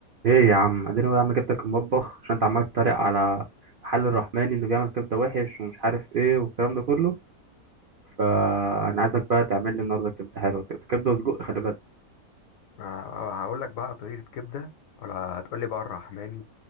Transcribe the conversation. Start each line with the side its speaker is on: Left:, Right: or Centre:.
Right: ايه يا عم اديني يا عم جبتك المطبخ عشان انت عمال تتريق على محل الرحماني انه بيعمل كبده وحش ومش عارف ايه والكلام ده كله فانا عايزك بقى تعمل لي النهارده كبده حلوه كده كبده وسجق خلي بالك
Left: هقول لك بقى طريقة كبدة ولا هتقول لي بقى الرحماني